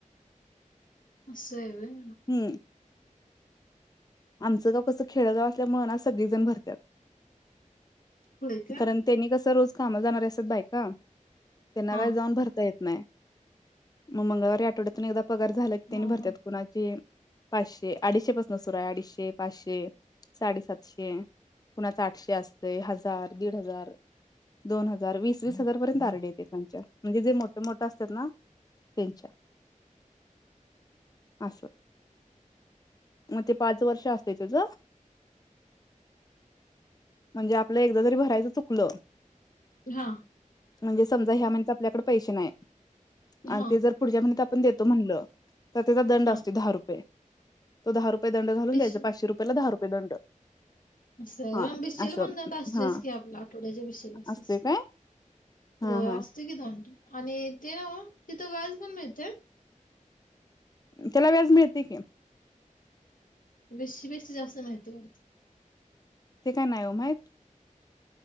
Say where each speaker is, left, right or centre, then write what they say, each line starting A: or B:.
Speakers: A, on the left; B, on the left.
A: असा य होय.
B: हम्म आमचं गाव कसं खेडगाव असल्या मुळना सगळेजण भरतात.
A: होय का
B: कारण त्यांनी कस रोज कामा जाणार असात बायका त्यांना
A: हा
B: काय जाऊन भरता येत. नाही मग मंगळवारी आठवड्यातून एकदा पगार झाला की त्यांनी
A: हा
B: भरतात
A: हा
B: कुणाची पाचशे अडीचशे पाासून सुर आहे अडीचशे पाचशे साडेसातशे कुणाच आठशे, असते हजार, दीड हजार दोन हजार वी स वीस हजार, पर्यंत आरडी येते त्यांच्या म्हणजे जे मोठ मोठ असतात ना त्यांच्या अस. मग ते पाच वर्ष असते त्याच म्हणजे आपलं एकदा तरी भरायचं चुकलं
A: हा
B: म्हणजे समजा ह्या महिन्यात आपल्याकडे पैसे नाहीत आणि
A: हा
B: ते जर पुढच्या महिन्यात आपण देतो म्हणलं तर त्याचा दंड
A: हा
B: असते दहा रुपये तो दहा रुपये दंड घालून
A: बिश
B: द्यायचा पाचशे रुपयाेला दहा रुपये दंड
A: <unintelligible> असतेस
B: हा असं हा
A: की आपल्या आठवड्याच्या भिशीला असतेस
B: असते काय हा
A: होय
B: हा
A: असते की दंड. आणि ते ना तिथं व्याज पण मिळतंय.
B: त्यालाव्याज मिळतय की.
A: भिशी पेक्षा जास्त मिळतय वाटत
B: ते काय नाही ओ माहित.